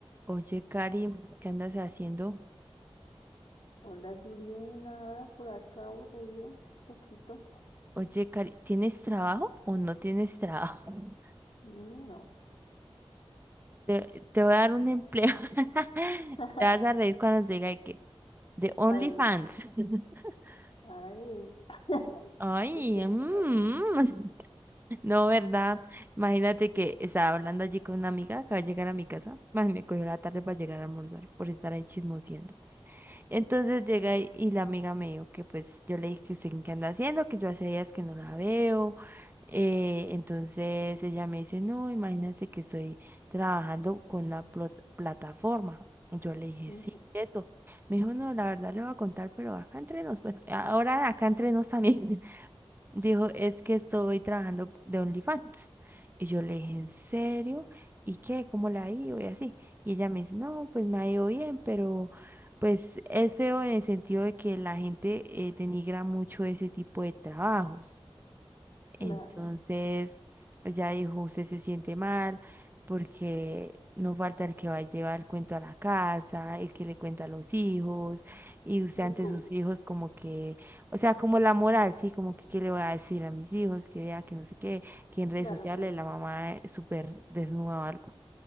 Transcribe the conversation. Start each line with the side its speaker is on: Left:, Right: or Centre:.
Right: Oye, Cari, ¿qué andas haciendo?
Left: Hola Juliana, Ah, por acá aburrida, un poquito.
Right: Oye, Cari, ¿tienes trabajo o no tienes trabajo? <laughs>
Left: Mm, No,
Right: Te, te voy a dar un empleo. <laughs>
Left: <laughs>
Right: Te vas a reír cuando te diga de que de OnlyFans.
Left: a ver,
Right: <laughs>
Left: ay, ay,
Right: Ay,
Left: ¿qué es esto?
Right: mm. <laughs> No, ¿verdad? Imagínate que estaba hablando allí con una amiga, acaba de llegar a mi casa. Más me cogió la tarde para llegar a almorzar por estar ahí chismoseando. Entonces llega y, y la amiga me dijo que pues yo le dije que usted qué anda haciendo, que yo hace días que no la veo. Eh, entonces ella me dice, no, imagínense que estoy trabajando con una plo- plataforma. Y Yo le dije,
Left: Mm,
Right: sí, quieto. Me dijo, no, la verdad le voy a contar, pero acá entre nos, bueno, ahora acá entre nos también. Dijo, es que estoy trabajando de OnlyFans. Y yo le dije, ¿en serio? ¿Y qué? ¿Cómo la ha ido? Y así. Y ella me dice, no, pues me ha ido bien, pero pues es feo en el sentido de que la gente eh, denigra mucho ese tipo de trabajos.
Left: Claro,
Right: Entonces, ella dijo, usted se siente mal porque no falta el que va a llevar el cuento a la casa, el que le cuenta a los hijos, y usted
Left: descubrí.
Right: ante sus hijos como que, o sea, como la moral, sí, como que qué le voy a decir a mis hijos, que vea que no sé qué, que en redes
Left: Claro,
Right: sociales
Left: claro.
Right: la mamá eh, súper desnuda o algo.